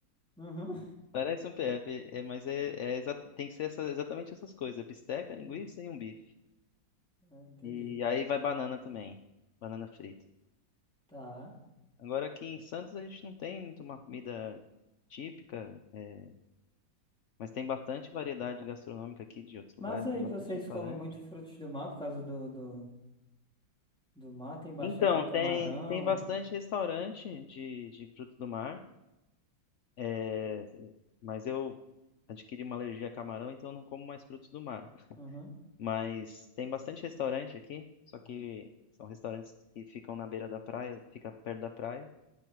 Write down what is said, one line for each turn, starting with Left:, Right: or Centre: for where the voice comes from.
Centre: Uhum.
Left: Parece um PF, é, mas é, é exa- tem que ser essa- exatamente essas coisas: bisteca, linguiça
Centre: É,
Left: e um bife.
Centre: é, entendi.
Left: E aí vai banana também, banana frita.
Centre: Tá.
Left: Agora aqui em Santos a gente não tem muito uma comida típica, é, mas tem bastante variedade gastronômica aqui de outros lugares,
Centre: Mas aí
Left: tem bastante
Centre: vocês
Left: restaurante.
Centre: comem muito frutos do mar por causa do, do, do mar, tem bastante
Left: Então,
Centre: aí camarão.
Left: tem, tem bastante restaurante de, de frutos do mar, é, mas eu adquiri uma alergia a camarão, então eu não como mais frutos do mar.
Centre: Uhum.
Left: Mas tem bastante restaurante aqui, só que são restaurantes que ficam na beira da praia, fica perto da praia.